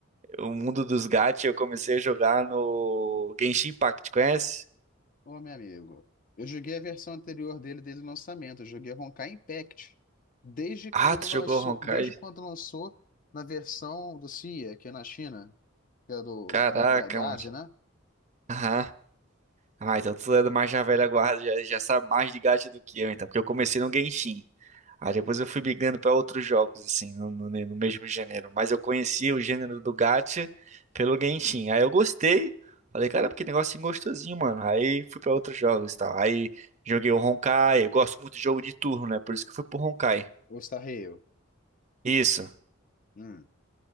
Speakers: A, on the right; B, on the left.
A: o mundo dos gacha, eu comecei a jogar no Genshin Impact, conhece?
B: <laughs> Ô, meu amigo. Eu joguei a versão anterior dele desde o lançamento. Eu joguei Honkai Impact. Desde quando
A: Ah, tu
B: lançou,
A: jogou Honkai?
B: desde quando lançou na versão do CIA, que é na China, que é do,
A: Caraca,
B: da, da, da
A: mano.
B: Ásia, né?
A: Aham. Ah, então tu é mais já velha guarda, já, já sabe mais de gacha do que eu, então. Porque eu comecei no Genshin. Aí depois eu fui migrando para outros jogos, assim, no, no- no mesmo gênero. Mas eu conhecia o gênero do gacha pelo Genshin. Aí eu gostei. Falei, cara, que negocinho gostosinho, mano. Aí fui para outros jogos e tal. Aí joguei o Honkai. Eu gosto muito de jogo de turno, né? Por isso que eu fui pro Honkai.
B: O Star Rail.
A: Isso.
B: Hum.